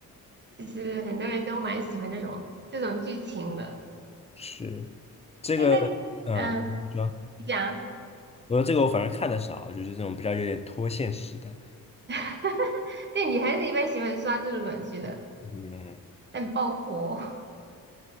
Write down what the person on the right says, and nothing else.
就是很多人都蛮喜欢这种这种剧情的。
哎，那你，
嗯，
你讲，
<laughs> 对，女孩子一般喜欢刷这种短剧的，
但爆火。<laughs>